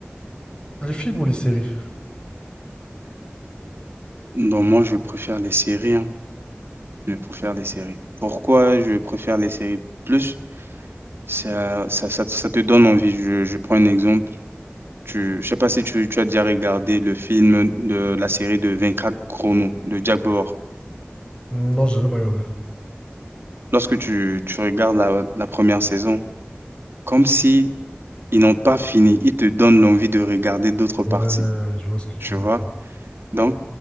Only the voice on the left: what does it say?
les films ou les séries?
Hmm, Non, j'ai jamais regardé.
Ouais, je vois ce que tu
veux
dire.